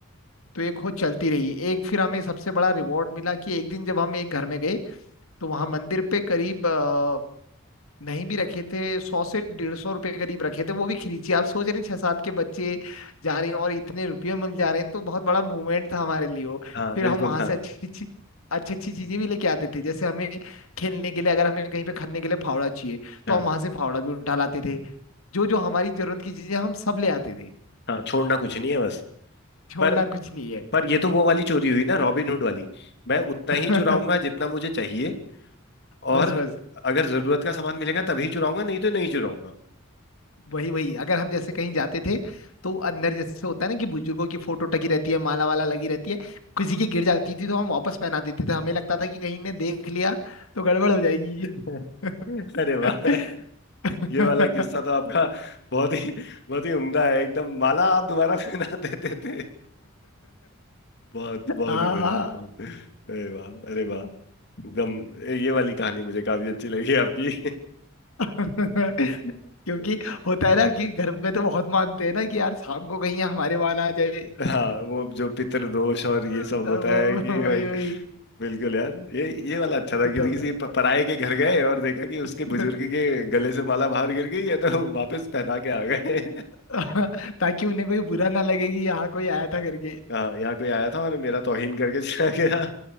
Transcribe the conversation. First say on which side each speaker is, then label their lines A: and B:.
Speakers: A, on the left; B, on the left.
A: तो ये खोज चलती रही एक फिर हमें सबसे बड़ा रिवॉर्ड मिला कि एक दिन जब हम एक घर में गए तो वहां मंदिर पे करीब अ, नहीं भी रखे थे सौ से डेढ़ सौ रुपए करीब रखे थे वो भी खिलीची आप सोच रहे हैं छह सात के बच्चे जा रहे हैं और इतने रुपये मिल जा रहे हैं तो बहुत बड़ा मूवमेंट था हमारे लिए वो
B: हाँ
A: फिर
B: बिल्कुल
A: हम वहां
B: था
A: से अच्छी अच्छी अच्छी अच्छी चीजें भी लेके आते थे जैसे हमें खेलने के लिए अगर हमें कहीं पे खनने के लिए फावड़ा चाहिए तो
B: हाँ
A: हम वहां से फावड़ा भी उठा लाते थे जो जो हमारी जरूरत की चीजें हम सब ले आते थे
B: हाँ छोड़ना कुछ नहीं है बस
A: छोड़ना
B: पर
A: कुछ नहीं है
B: पर ये तो वो वाली चोरी हुई ना रॉबिनहुड वाली मैं उतना
A: <laughs>
B: ही चुराऊंगा जितना मुझे चाहिए
A: बस
B: और
A: बस
B: अगर जरूरत का सामान मिलेगा तभी चुराऊंगा नहीं तो नहीं चुराऊंगा
A: वही वही अगर हम जैसे कहीं जाते थे तो अंदर जैसे होता है ना कि बुजुर्गों की फोटो टकी रहती है माला वाला लगी रहती है किसी की गिर जाती थी तो हम वापस पहना देते थे हमें लगता था कि कहीं ने देख लिया तो गड़बड़ हो जाएगी
B: <laughs>
A: <laughs>
B: अरे वाह ये वाला किस्सा तो आपका बहुत ही बहुत ही उम्दा है एकदम माला आप दोबारा पहना <laughs> देते थे बहुत बहुत
A: हाँ
B: ही बढ़िया
A: हाँ
B: बहुत अरे वाह अरे वाह एकदम ये वाली कहानी मुझे काफी अच्छी लगी आपकी
A: <laughs> क्योंकि
B: <laughs>
A: होता है ना कि घर में तो बहुत मानते हैं ना कि यार शाम को कहीं हमारे वहां ना आ जाए <laughs>
B: हाँ वो जो पितृदोष और ये सब
A: अब-
B: होता है कि
A: अब-
B: भाई
A: वही वही
B: बिल्कुल यार ये ये वाला अच्छा था
A: तो
B: कि
A: तब
B: किसी प- पराये के घर गए और देखा कि उसके
A: <laughs>
B: बुजुर्ग के गले से माला बाहर गिर गई है तो <laughs> वापस पहना के आ गए
A: <laughs> ताकि उन्हें कोई बुरा ना लगे कि यहाँ कोई आया था करके
B: <laughs> हाँ यहाँ कोई आया था और मेरा तौहीन करके चला गया